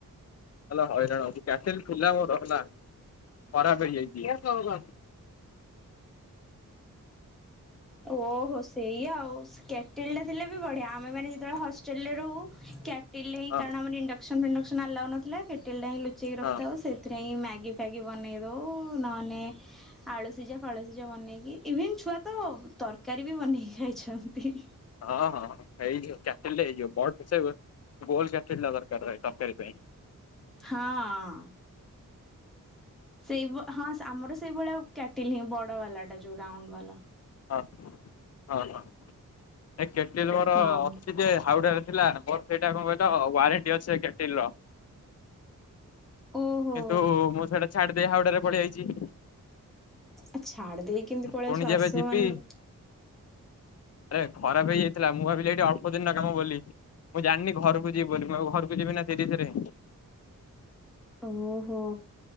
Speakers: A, on the left; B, in the centre.
A: ହେଲା ହଇରାଣଉ କ୍ୟାଟେଲ ଖୁଲା ମୋର ହେଲା ଖରାପ ହେଇଯାଇଛି।
B: ଓହୋ ସେଇ ଆଉ କ୍ୟାଟଲ ଟା ଥିଲେ ବି ବଢ଼ିଆ ଆମେ ମାନେ ଯେତେବେଳେ ହଷ୍ଟେଲରେ ରହୁ କ୍ୟାଟିଲ ରେ ହିଁ
A: ହଁ
B: କାରଣ ଆମର ଇଣ୍ଡକ୍ସନ ଫିଣ୍ଡକ୍ସନ ଆଲାଉ ନଥିଲା କ୍ୟାଟେଲ ଟା ହିଁ ଲୁଚେଇ ରଖିଥାଉ
A: ହଁ।
B: ସେ ଥିରେ ହିଁ ମ୍ୟାଗି ଫ୍ୟାଗି ବନେଇଦୋଉ ନୋ ନେ ଆଳୁସିଜା ଫାଳସିଜା ବନେଇକି ଇଭିନ୍ ଛୁଆ ତ ତରକାରୀ ବି ବନେଇକି ଖାଇଛନ୍ତି।
A: ହଁ ହଁଁ ହେଇଯିବ କ୍ୟାଟେଲ୍ ରେ ହେଇଯିବ ପଡ ପଛକେ ଗୋଲ କ୍ୟାପଟେନ ନଗର ଦରକାର ପାଇଁ।
B: ହଁ ଅ। ସେଇ ହଁ ଆମର ସେଇଭଳିଆଉ କ୍ୟାଟିଲ ହିଁ ବଡ ବାଲା ଟା ଯୋଉ ରାଉଣ୍ଡ ବାଲା।
A: ହଁ ହଁ ହଁ ଏ କେଟଲେ ଘର
B: ହଁ
A: ଅ ଯେ ହାଉଡା ରେ ଥିଲା ମୋର ସେଇଟା କଣ କହିଲ ୱାରେଣ୍ଟି ଅଛି ଏ କେଟିଲି ର
B: ଓହୋ
A: କିନ୍ତୁ ମୁଁ ସେଇଟା ଛାଡି ଦେଇ ହାଉଡା ରେ ପଳେଇଆଇଚି।
B: ଆ ଛାଡି ଦେଇକି କେମିତି ପଳେଇବା
A: ପୁଣି ଯେବେ
B: ଆସବ
A: ଯିବି
B: ମାନେ
A: ଆରେ ଖରାପ ହେଇଯାଇଥିଲା ମୁଁ ଭାବିଲି ଏଇଠି ଅଳ୍ପ ଦିନର କାମ ବୋଲି। ମୁଁ ଜାଣିନି ଘରକୁ ଯିବି ବୋଲି ମୁଁ ଘରକୁ ଯିବି ନା ସେଇଠି କି ଫେରେ
B: ଓହୋ।